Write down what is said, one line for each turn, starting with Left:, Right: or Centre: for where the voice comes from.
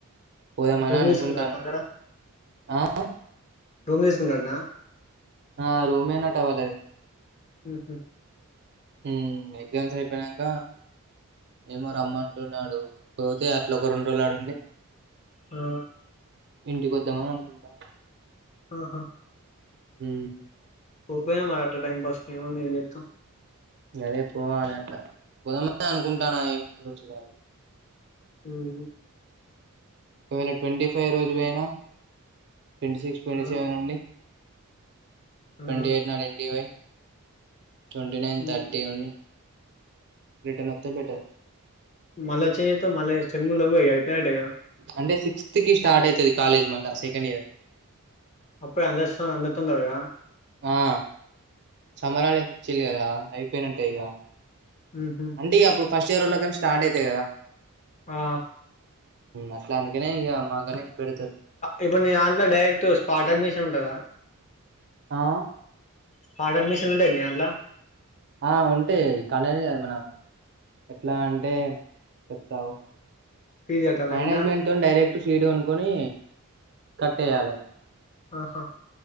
Right: పోదామని
Left: రూమ్
Right: అనుకుంటాన
Left: తీసుకున్నట్నా అక్కడ
Right: ఆ
Left: రూమ్ తీస్కున్ అట్నా
Right: ఆ రూమేనట వాళ్ళది.
Left: హ్ హ్
Right: మ్ ఎగ్జామ్స్ అయిపోయినంకా ఏమో రమ్మంటున్నడు పోతే అట్లా ఒక రెండు రోజుల్ ఆడుండి
Left: ఆ
Right: ఇంటికొద్దామన్ అనుకుంటాన్న.
Left: ఆహా
Right: మ్
Left: పోయిరా మరి అట్ల టైమ్ పాస్కి ఈడుండి ఏం జేత్తవ్
Right: గదే పోవాలి అట్ల పోదామనే అనుకుంటాన్న ఏమైతదో చూడాలె
Left: మ్
Right: ఒకవేళ ట్వంటీ ఫైవ్ రోజు పోయినా ట్వంటీ సిక్స్, ట్వంటీ
Left: ఆ
Right: సెవెన్ ఉండి, ట్వంటీ
Left: ఆ
Right: ఎయిట్ నాడు ఇంటికి పోయి ట్వంటీ నైన్,
Left: ఉమ్
Right: థర్టీ ఉండి, రిటర్న్ వొత్తె బెటర్
Left: మళ్ళ చెయ్యి ఎత్తవ్ మళ్ళ సెమ్లు లెవ్వుగ ఇగ అయిపోయినట్టేగా
Right: అంటే సిక్స్త్ కి స్టార్ట్ అయితది కాలేజ్ మళ్ళ సెకండ్ ఇయర్
Left: అప్పుడే అందరితో అందరితోని కదా
Right: ఆ సమ్మర్ హాల్డే ఇచ్చిన్లు గదా అయిపోయినట్టే ఇగ
Left: మ్ హ్
Right: అంటే ఇగ అప్పుడు ఫస్ట్ ఇయర్ వోళ్లకన్ స్టార్ట్ అయితయి కదా
Left: ఆ
Right: అట్లా అందుకనే ఇగ మాకనే పెడ్తరు.
Left: ఇప్పుడు నీ దాంట్ల డైరెక్ట్ స్పాట్ అడ్మిషన్ ఉంటదా?
Right: ఆ
Left: స్పాట్ అడ్మిషన్ ఉండే మీ దాంట్ల
Right: ఆ ఉంటైయి అయి <unintelligible> మనం ఎట్లా అంటే చెప్తాగు
Left: ఫీజు కట్టాలా
Right: మేనేజ్మెంట్తోనీ
Left: కింద
Right: డైరెక్ట్ సీటు కొనుక్కొని కట్టేయాలే.
Left: ఆహా